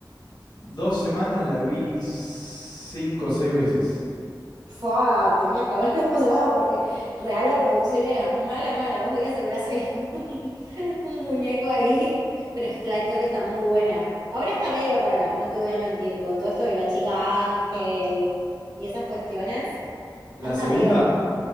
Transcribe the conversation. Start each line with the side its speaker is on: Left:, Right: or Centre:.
Left: dos semanas la vi cinco o seis veces.
Right: Fua, tenías que haber <laughs> emocionado porque real la producción era mala, mala. Vos veías el brazo y era <laughs> un, un muñeco ahí. Pero es que la historia está muy buena. Ahora está medio rara, no te voy a mentir, con todo esto de la chica Ángel y esas cuestiones,
Left: La
Right: anda
Left: segunda,
Right: medio rara.